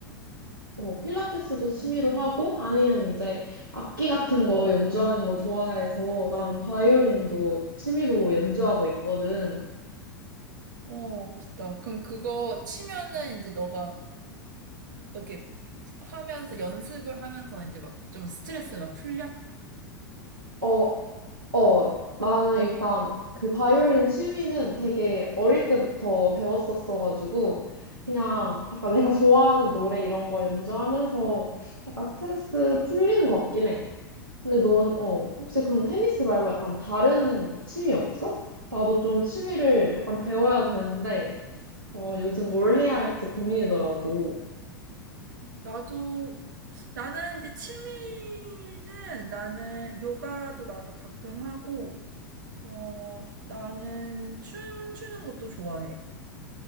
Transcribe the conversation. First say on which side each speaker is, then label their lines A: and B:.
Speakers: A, on the right; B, on the right.
A: 어, 필라테스도 취미로
B: 음,
A: 하고 아니면 이제 악기 같은 거 연주하는 거 좋아해서 나는 바이올린도 취미로 연주하고 있거든.
B: 어, 멋있다. 그럼 그거 치면은 이제 너가 이렇게 하면서 연습을 하면서 이제 막 좀 스트레스가 풀려?
A: 어, 어, 나는 일단 그 바이올린 취미는 되게 어릴 때부터 배웠었어가지고, 그냥
B: 음,
A: 약간 내가 <laughs> 좋아하는 노래 이런 거 연주하면서 약간 스트레스 풀리는 것 같긴 해. 근데 넌, 어, 혹시 그럼 테니스 말고 약간 다른 취미 없어? 나도 좀 취미를 약간 배워야 되는데, 어,
B: 음.
A: 요즘 뭘 해야 할지 고민이더라고.
B: 나도 나는 이제 취미는 나는 요가도 나도 가끔 하고, 어, 나는 춤추는 것도 좋아해.